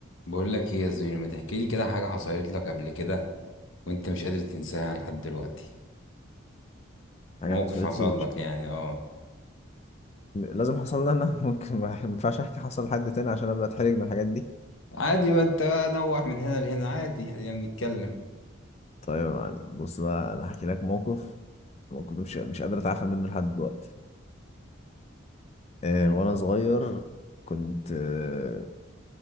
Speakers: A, on the left; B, on the left.
A: بقول لك ايه يا زميلي ما تحكي لي كده حاجة حصلت لك قبل كده وانت مش قادر تنساها لحد دلوقتي
B: حاجة
A: موقف
B: حصلت
A: حصل
B: لي ومش
A: لك يعني اه
B: مش... لازم حصل لي أنا <laughs> ممكن ما ما ينفعش أحكي حصل لحد تاني عشان أبدأ أتحرج من الحاجات دي
A: عادي بقى انت بقى نوع من هنا لهنا عادي يعني بنتكلم
B: طيب يا معلم بص بقى أنا هحكي لك موقف كنت مش مش قادر أتعافى منه لحد دلوقتي آه
A: امم
B: وأنا صغير كنت آه